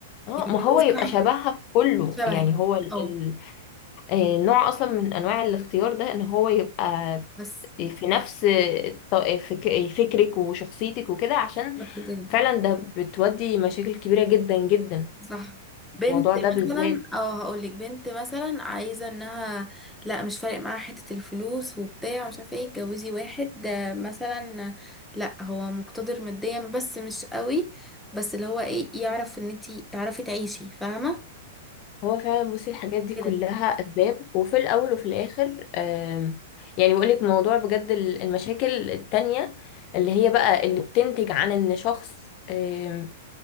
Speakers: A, on the left; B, in the centre.
A: اه
B: يعني اتجوزي
A: ما هو يبقى
B: واحد
A: شبهها
B: كده
A: في كله
B: شبهك
A: يعني هو ال...
B: اه
A: ال... آه، نوع اصلا من انواع الاختيار ده ان هو يبقى
B: بس
A: في نفس الط- فك... فكرك وشخصيتك وكده عشان
B: بالظبط كده
A: فعلا ده بتودي مشاكل كبيرة جدا جدا
B: صح بنت
A: الموضوع ده بالذات
B: مثلا او هقولك بنت مثلا عايزه انها لا مش فارق معاها حته الفلوس وبتاع مش عارفه ايه اتجوزي واحد آه، مثلا لا هو مقتدر ماديا بس مش قوي بس اللي هو ايه يعرف ان انتي تعرفي تعيشي فاهمه
A: هو فعلا بصي الحاجات دي
B: كده
A: كلها اسباب وفي الاول وفي الاخر آم، يعني بقول لك موضوع بجد ال- المشاكل التانية اللي هي بقى اللي بتنتج عن ان شخص آم،